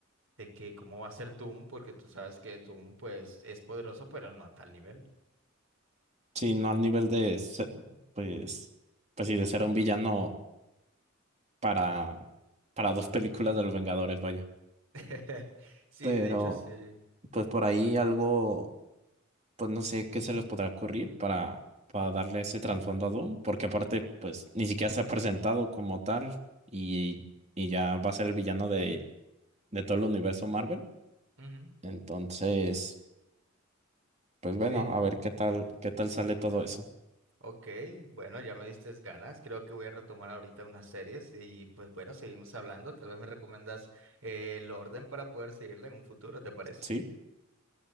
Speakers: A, on the right; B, on the right.
A: de que cómo va a ser Doom, porque tú sabes que Doom pues es poderoso, pero no a tal nivel.
B: Sí, no al nivel de, se- pues, pues sí, de ser un villano para, para dos películas de los Vengadores, vaya.
A: <laughs> Sí,
B: Pero,
A: de hecho sí.
B: pues por ahí algo. pues no sé qué se les podrá ocurrir para, para darle ese trasfondo a Doom, porque aparte, pues ni siquiera se ha presentado como tal y, y ya va a ser el villano de, de todo el universo Marvel.
A: Ujú,
B: Entonces, pues
A: Sí,
B: bueno, a ver qué tal, qué tal sale todo eso.
A: ok, bueno, ya me diste ganas. Creo que voy a retomar ahorita unas series y pues bueno, seguimos hablando. Tal vez me recomiendas eh, el orden para poder seguirla en un futuro, ¿te parece?
B: Sí,